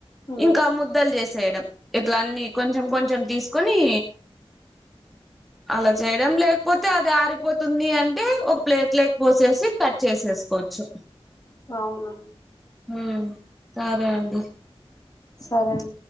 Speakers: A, on the left (about 35°); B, in the centre.
A: ఉమ్
B: ఇంకా ముద్దలు చేసేయడం ఇట్ల అన్నీ కొంచం కొంచం తీసుకొని అలా చేయడం లేకపోతే అది ఆరిపోతుంది అంటే ఒక ప్లేట్లకు పోసేసి కట్ చేసేసుకోవచ్చు.
A: అవునా
B: అ సరే అండి
A: సరే అండి